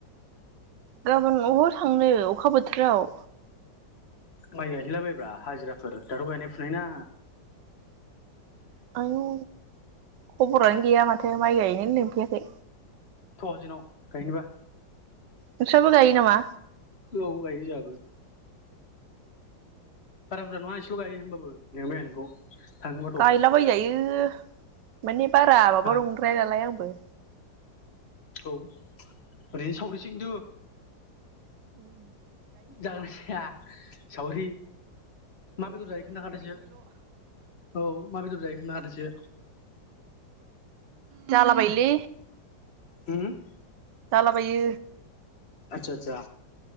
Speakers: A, on the right; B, on the left.
A: गाबोन अबाव थांनो अखा बोथोराव
B: माइ गायहैलाबायब्रा हाजिरा फोर दाथ' गायनाय फुनाय ना
A: आयु खबरआनो गैया माथो माय गाय नोनो लेंफैयाखै
B: थ' जोंनाव गायनोबा
A: नोंस्राबो गायो नामा
B: औ गायहै जागोन बारा बुरजा नङा इसेल' गायो होमबाबो लेंबाय आं नोंखौ थांगोनबाथ'
A: गायलाबायजायो माने बारा माबा
B: हा
A: नंद्राया नालाय आंबो
B: औ ओरैनो सावरिसो खिन्थु
A: <inaudible>
B: जागोन जाया सावरि मा बेदर जायो खोनथाखादोसो औ मा बेदर जायो खोनथाखादोसो
A: जाला बायोलै
B: हम
A: जला बायो
B: आतसा आतसा